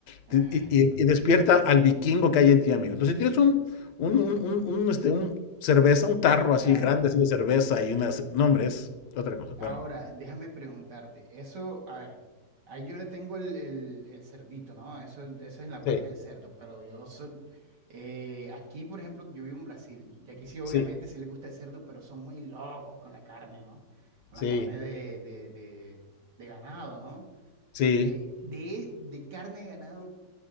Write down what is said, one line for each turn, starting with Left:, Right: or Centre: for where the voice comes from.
Right: Ah,
Left: Te- Y, y- y despierta al vikingo que hay en ti, amigo. Entonces, si tienes un, un, un, un- un, este, un cerveza, un tarro
Right: Ajá.
Left: así grande, así de cerveza y unas. No, hombre, es otra cosa.
Right: Ahora,
Left: Bueno,
Right: déjame preguntarte, eso, a ver, ahí yo le tengo el, el- el cerdito, ¿no? Eso, eso es la parte
Left: Sí,
Right: del cerdo, pero yo soy, eh, aquí, por ejemplo, yo vivo en Brasil, y aquí sí, obviamente,
Left: sí,
Right: sí le gusta el cerdo, pero son muy locos con la carne, ¿no? Con
Left: sí.
Right: la carne de, de- de- de ganado, ¿no?
Left: sí.
Right: Eh, de, de carne de ganado,